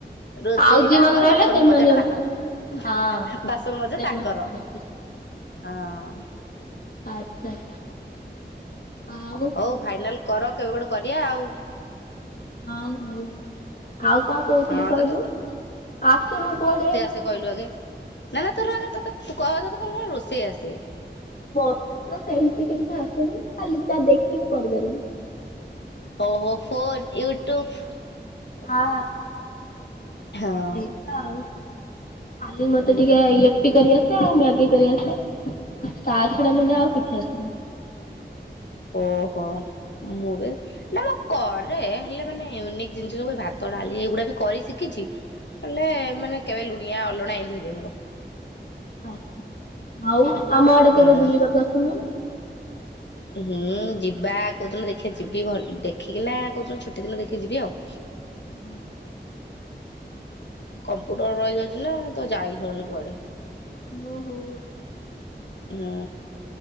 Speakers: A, on the left (about 75°); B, on the left (about 50°).
A: ରୋଷେଇଟା
B: ଆଉ ଯିଏ ମାନେ
A: ଆମର
B: ରହିଲେ
A: ବାସନ
B: ସେମାନେ
A: ମଜାଟା
B: ହଉଛନ୍ତି
A: ତାଙ୍କର।
B: ହଁ
A: ବାସନ ମଜା
B: ସେମାନେ
A: ତାଙ୍କର।
B: ମାଜିବେ।
A: ହଁ।
B: ଆଚ୍ଛା ଆଚ୍ଛା। ଆଉ
A: ହୋଉ ଫାଇନାଲ କର କେବେ ଗୋଟେ କରିବା ଆଉ।
B: ହଁ ହୋଉ। ଆଉ କଣ କହୁଥିଲି
A: ହଁ
B: କହିଲୁ,
A: ତତେ
B: ଆସୁନୁ କୁଆଡେ।
A: ତୁ କହିଲୁ ଆଗେ। ନା ନା ତୋର ଆଗେ ତ କହେ କଣ କଣ ରୋଷେଇ ଆସେ?
B: ମତେ ସେମିତି କିଛି ଆସେନି, ଖାଲି ଯାହା ଦେଖିକି କରିପାରିବି।
A: ହୋଉ ହୋଉ, ଫୋନ୍, ୟୁଟ୍ୟୁବ
B: ଆ।
A: ହଁ।
B: ସେଇତ ଆଉ ଖାଲି ମତେ
A: ହୁଁ
B: ଟିକେ ଇଏ ରୁଟି କରି ଆସେ। ଆଉ ମ୍ୟାଗି କରିଆସେ। ତା ଛଡା ନହେଲେ ଆଉ କିଛି ଆସେନି।
A: ଓହୋ। ମୁଁ ବି ନା ମୁଁ କରେ ହେ ହେଲେ ମାନେ ୟୁନିକ୍ ଜିନିଷ ସବୁ, ଭାତ ଡାଲି ଏଇଗୁଡ଼ା ବି କରି ଶିଖିଛି ହେଲେ ମାନେ କେବେ ଲୁଣିଆ ଅଲଣା ଏମିତି ହେଇଯିବ ମୋର।
B: ଆଚ୍ଛା। ଆଉ ଆମ ଆଡେ
A: ହୁଁ
B: କେବେ ବୁଲିବାକୁ ଆସୁନୁ।
A: ହୁଁ ଯିବା, କୋଉଦିନ ଦେଖିବା ଯିବି ଭଲ ଦେଖିକିନା କୋଉଦିନ ଛୁଟି ଦିନ ଦେଖିକି ଯିବି ଆଉ।
B: ଆଚ୍ଛା
A: କମ୍ପ୍ୟୁଟର ରହିଯାଉଛି ନା ତ ଯାଇ ହୋଉନି କୁଆଡେ।
B: ଓହୋ।
A: ହୁଁ।